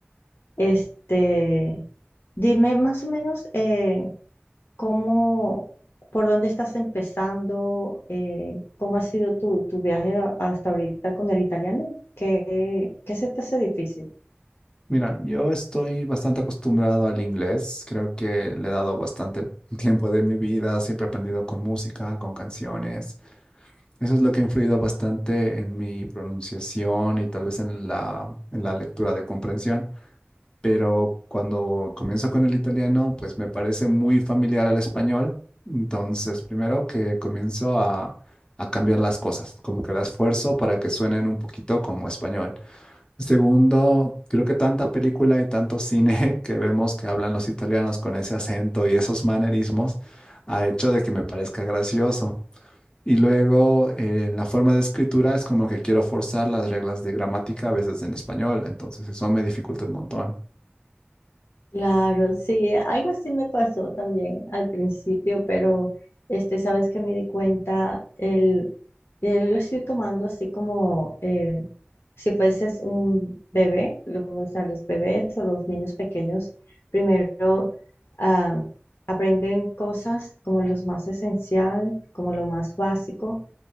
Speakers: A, on the left (about 70°); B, on the left (about 20°).
A: Este, dime más o menos eh, cómo, por dónde estás empezando, eh, cómo ha sido tu, tu viaje a- hasta ahorita con el italiano, ¿qué, qué se te hace difícil?
B: Mira, yo estoy bastante acostumbrado al inglés, creo que le he dado bastante <laughs> tiempo de mi vida, siempre he aprendido con música, con canciones. Eso es lo que ha influido bastante en mi pronunciación y tal vez en la, en la lectura de comprensión. pero cuando comienzo con el italiano, pues me parece muy familiar al español. Entonces, primero que comienzo a, a cambiar las cosas, como que las fuerzo para que suenen un poquito como español. Segundo, creo que tanta película y tanto cine <laughs> que vemos que hablan los italianos con ese acento y esos manerismos ha hecho de que me parezca gracioso. Y luego, eh, en la forma de escritura es como que quiero forzar las reglas de gramática a veces en español, entonces eso me dificulta un montón.
A: Claro, sí, algo así me pasó también al principio, pero este, sabes que me di cuenta, el, eh, lo estoy tomando así como eh, si fueses un bebé, lo- o sea, los bebés o los niños pequeños, primero ah, aprenden cosas como lo más esencial, como lo más básico,